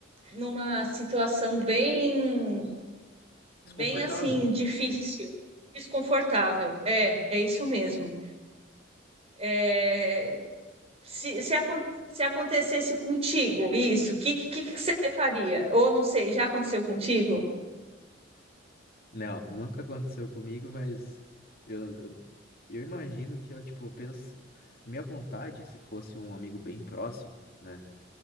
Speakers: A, on the right; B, on the left.
A: numa situação bem,
B: Desconfortável.
A: bem assim difícil, desconfortável. É, é isso mesmo. É, Se, se, acon- se acontecesse contigo isso, o que, que, que você faria? Ou não sei, já aconteceu contigo?
B: Não, nunca aconteceu comigo, mas eu, eu, eu imagino que eu, tipo, penso. Minha vontade, se fosse um amigo bem próximo, né?